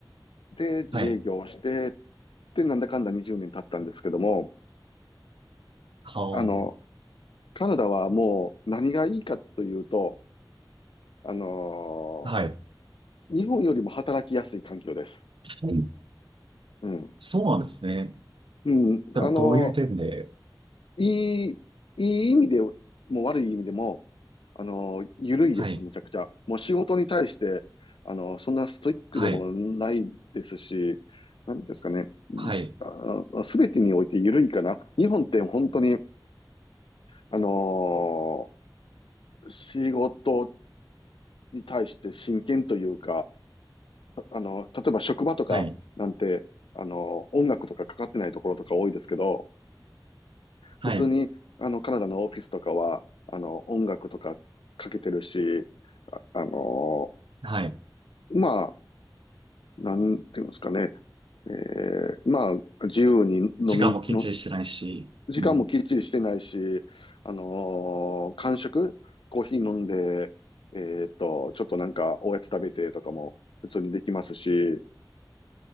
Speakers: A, on the left; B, on the right.
A: で、自営業をして、
B: はい、
A: で、なんだかんだ20年経ったんですけども、
B: はあ。
A: あの、カナダはもう何がいいかというと、あのー
B: はい。
A: 日本よりも働きやすい環境です。
B: うん
A: うん。
B: そうなんですね。
A: うん。
B: でもどういう点で、
A: あのーいい、いい意味でも悪い意味でも、あのー緩いです、
B: はい、
A: むちゃくちゃ。もう仕事に対して、あのーそんなストイックでもないですし、
B: はい、
A: なんてですかね。い
B: はい、
A: あすべてにおいて緩いかな。日本って本当に、あのー仕事に対して真剣というか、あの、例えば職場とかなんて、
B: はい、
A: あの、音楽とかかかってないところとか多いですけど、
B: はい、
A: 普通に、あの、カナダのオフィスとかは、あの、音楽とかかけてるし、あの、
B: はい。
A: まあ、なんていうんですかね、えーまあ、自由に飲みの、
B: 時間もきっちりしてないし、
A: 時間もきっちりしてないし、
B: うん。
A: あのー、間食、コーヒー飲んで、えーっと、ちょっとなんかおやつ食べてとかも普通にできますし、